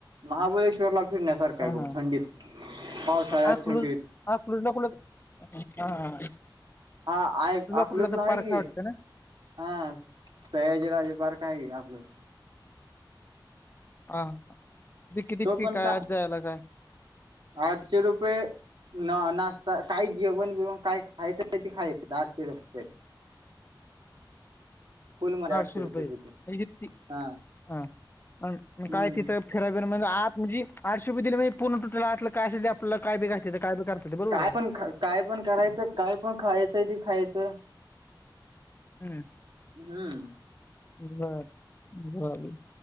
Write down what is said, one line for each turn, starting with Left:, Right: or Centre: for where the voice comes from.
Right: महाबळेश्वरला फिरण्यासारखं
Left: हा
Right: आहे बघ
Left: हा
Right: थंडीत पावसाळ्यात,
Left: पण
Right: थंडीत
Left: अकलूज ला कुटं हा हा
Right: हा आय अकलूजला
Left: कुठला तर पार्क
Right: हाय की
Left: आहे वाटतं ना
Right: हा सयाजीराजे पार्क हाय कि आपलं
Left: हा तिथे किती
Right: तो
Left: फी
Right: पण
Left: काय
Right: चा
Left: आज जायला काय?
Right: आठशे रुपये ना नाशता काही जेवण बिवण काय खायचं ते खायचं आठशे रूपये फुल मध्ये
Left: आठशे रुपयेेत
Right: रुपये होते
Left: म्हणजे ती
Right: हा
Left: हा हा मग
Right: हम्म
Left: काय तिथं फिरा बिरा मग आत मजी आठशे रूपये दिले म्हणजे पूर्ण टोटल आतलं काय असल ते आपल्याला काय बी घालतेत बी करता येतं बरोबर
Right: काय
Left: आहे.
Right: पण काय पण करायचं, काय पण खायचयं ते खायचं
Left: हम्म
Right: हम्म
Left: बर झालं